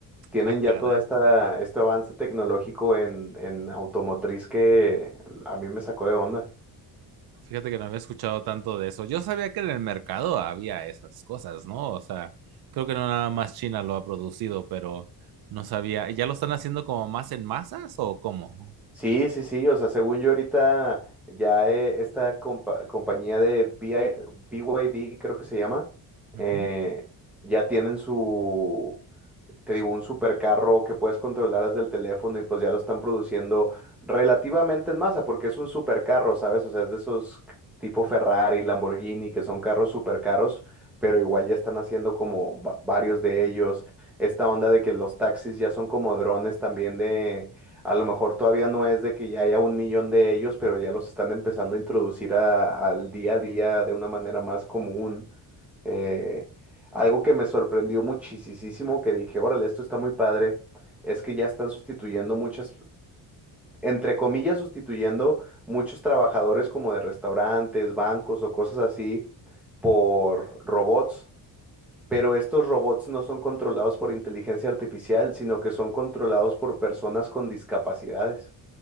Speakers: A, in the centre; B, on the right (about 65°).
A: Tienen
B: Ah,
A: ya
B: caray.
A: todo esta, este avance tecnológico en, en automotriz que a mí me sacó de onda.
B: Fíjate que no había escuchado tanto de eso. Yo sabía que en el mercado había esas cosas, ¿no? O sea, creo que no nada más China lo ha producido, pero no sabía. ¿Ya lo están haciendo como más en masas o cómo?
A: Sí, sí, sí, o sea, según yo ahorita ya eh, esta compa- compañía de B B I B Y D creo que se llama,
B: Ujú.
A: eh, ya tienen su, te digo, un supercarro que puedes controlar desde el teléfono y pues ya lo están produciendo relativamente en masa porque es un supercarro, ¿sabes? O sea, es de esos tipo Ferrari, Lamborghini, que son carros supercaros, pero igual ya están haciendo como va- varios de ellos. Esta onda de que los taxis ya son como drones también de... A lo mejor todavía no es de que ya haya un millón de ellos, pero ya los están empezando a introducir a- al día a día de una manera más común. Eh, algo que me sorprendió muchísimo, que dije, órale, esto está muy padre, es que ya están sustituyendo muchas, entre comillas, sustituyendo muchos trabajadores como de restaurantes, bancos o cosas así por robots, pero estos robots no son controlados por inteligencia artificial, sino que son controlados por personas con discapacidades.